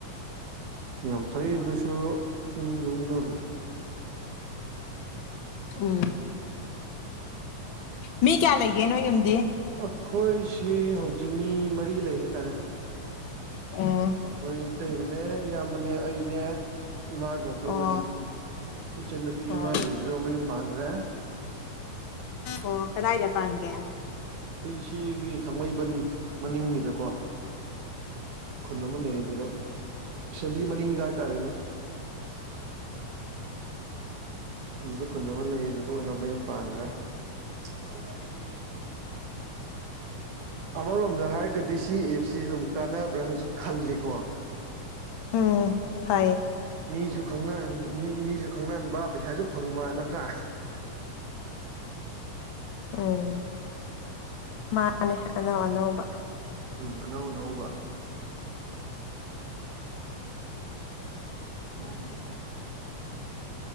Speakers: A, on the right; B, on the left.
A: ꯌꯥꯝ ꯐꯩ ꯏꯗꯁꯨ ꯎꯝ ꯂꯅ
B: ꯎꯝ ꯃꯤ ꯀꯌꯥ ꯂꯩꯒꯦ ꯅꯣꯏ ꯌꯨꯝꯗꯤ
A: ꯑꯩꯈꯣꯏꯁꯤ ꯍꯧꯖꯤꯛ ꯃꯤ ꯃꯔꯤ ꯂꯩ ꯍꯥꯏꯇꯥꯔꯦ
B: ꯎꯝ
A: ꯑꯩꯈꯣꯏꯇꯩꯩꯕꯅꯦ ꯏꯌꯥꯝꯕꯅꯦ ꯑꯩꯅꯦ ꯏꯃꯥꯒ ꯑꯩꯈꯣꯏ
B: ꯑꯣ
A: ꯃꯔꯤ ꯏꯆꯟꯟꯅꯨꯄꯤ
B: ꯑꯣ
A: ꯑꯃ ꯂꯩꯕꯗꯣ ꯃꯌꯨꯝ ꯄꯥꯟꯈ꯭ꯔꯦ
B: ꯑꯣ ꯀꯗꯥꯏꯗ ꯄꯥꯟꯒꯦ
A: ꯑꯩꯈꯣꯏꯒꯤ ꯁꯤꯒꯤ ꯊꯥꯡꯃꯩꯕꯟ ꯃꯅꯤꯡꯒꯤꯗꯀꯣ ꯈꯨꯟ ꯑꯃ ꯂꯩ ꯑꯗꯨꯗ ꯑꯦꯁꯦꯝꯕ꯭ꯂꯤ ꯃꯅꯤꯡꯗ ꯍꯥꯏꯇꯥꯔꯦꯅꯦ ꯑꯗꯨꯗ ꯈꯨꯟ ꯑꯃ ꯂꯩꯌꯦ ꯑꯗꯨꯗ ꯑꯣꯏꯅ ꯃꯌꯨꯝ ꯄꯥꯡꯈ꯭ꯔꯦ <unintelligible> ꯑꯃꯔꯣꯝꯗ ꯍꯥꯏꯔꯒꯗꯤ ꯁꯤ ꯑꯦꯞꯁꯤ ꯑꯗꯨꯝ ꯀꯥꯟꯅꯕ꯭ꯔꯅꯁꯨ ꯈꯜꯂꯤꯀꯣ
B: ꯎꯝ ꯐꯥꯏꯌꯦ
A: ꯃꯤꯁꯨ ꯈꯪꯅ ꯃꯤ ꯃꯤꯁꯨ ꯈꯪꯅꯍꯟꯕ ꯄꯩꯁꯥꯁꯨ ꯐꯪꯕ ꯅꯠꯇ꯭ꯔꯥ
B: ꯎꯝ ꯃꯥꯅꯦ ꯑꯅꯧ ꯑꯅꯧꯕ
A: ꯎꯝ ꯑꯅꯧ ꯑꯅꯧꯕ ꯍ <unintelligible>